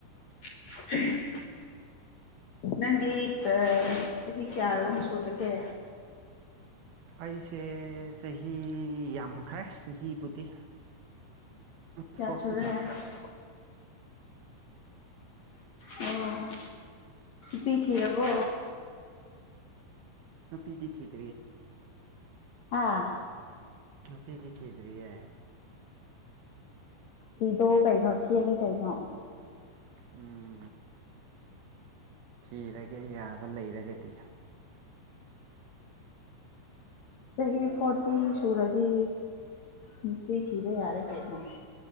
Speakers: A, on the left (about 60°); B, on the right (about 70°).
A: <inaudible> ꯅꯪꯗꯤ ꯆꯍꯤ ꯀꯌꯥꯔꯣ ꯁꯨꯗꯒꯦ
B: ꯑꯩꯁꯦ ꯆꯍꯤ ꯌꯥꯝꯈ꯭ꯔꯦ ꯆꯍꯤꯕꯨꯗꯤ
A: ꯀꯌꯥꯁꯨꯨꯔꯦ
B: ꯐꯣꯔꯇꯤ
A: ꯑꯣ ꯄꯤ ꯊ ꯑꯕꯣ
B: ꯅꯨꯄꯤꯗꯤꯈꯤꯠ
A: ꯍꯥꯥ
B: ꯅꯨꯄꯤꯗꯤ ꯊꯤꯗ꯭ꯔꯤꯌꯦ
A: ꯊꯤꯗꯣꯑꯣ ꯀꯩꯅꯣ ꯊꯦꯡꯉꯦ ꯀꯩꯅꯣ
B: ꯎꯝ ꯊꯤꯔꯒꯦ ꯌꯥꯕ ꯂꯩꯔꯒꯗꯤ
A: ꯆꯍꯤ ꯐꯣꯔꯇꯤ ꯁꯨꯔꯗꯤ ꯅꯨꯡꯇꯤ ꯊꯤꯕ ꯌꯥꯔꯦ ꯀꯩꯅꯣ